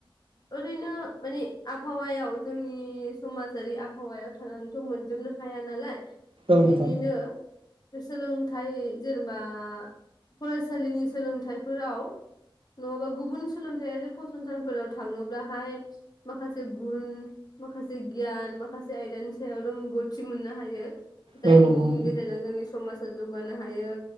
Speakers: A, on the left (about 45°); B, on the right (about 75°).
A: ओरैनो। मानि आबहावायाव जोंनि समाजारि आबहावायाव थानानैथ मोनजोबनो हाया नालाय।
B: औ
A: बिनिनो
B: नोंथां
A: सोलोंथाइ जेनेबा फरायसालिनि सोलोंथाइफोराव नङाबा गुबुन सोलोंथायाइआरि फसंथानफोराव थाङोब्लाहाय। माखासे गुुन माखासे गियान माखासे आयदानि सायाव रोंगौथि मोननो हायो। जायनि
B: औ नंगौ नोंथां
A: गेजेरजों जोंनि समाज जौगानो हायो